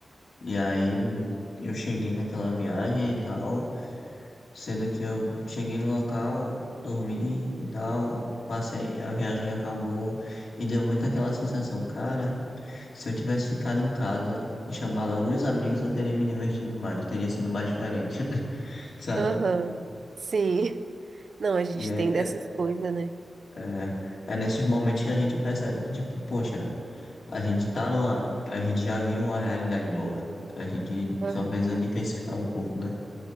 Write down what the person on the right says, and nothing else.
Aham. Sim. <laughs> Não, a gente
tem dessas coisas, né?
Aham.